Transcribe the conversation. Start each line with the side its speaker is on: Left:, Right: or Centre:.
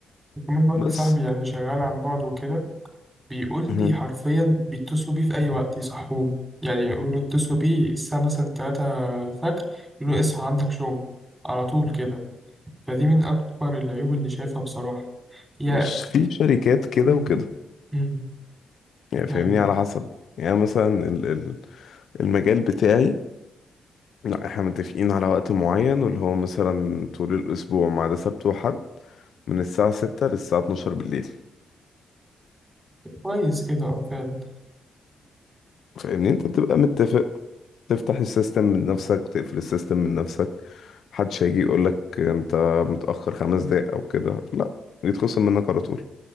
Right: كمان واحد
Left: بس
Right: صاحبي يعني شغال عن بعد وكده بيقول
Left: مهم.
Right: لي حرفيا بيتصلوا بيه في اي وقت يصحوه يعني يقولوا له اتصلوا بيه الساعه مثلا 3 الفجر يقولوا له اصحى عندك شغل على طول كده فدي من اكبر العيوب اللي شايفها بصراحه يا
Left: بص في شركات كده
Right: مم.
Left: وكده
Right: مم.
Left: يعني فاهمني
Right: ايوه
Left: على حسب يعني مثلا ال- ال- المجال بتاعي لا احنا متفقين على وقت معين واللي هو مثلا طول الأسبوع ما عدا سبت وحد من الساعة ستة للساعة اتناشر بالليل
Right: كويس كده اه فعلا
Left: فاهمني انت بتبقى متفق تفتح السيستم من نفسك تقفل السيستم من نفسك محدش هيجي يقولك انت متأخر خمس دقايق او كده لا يتخصم منك على طول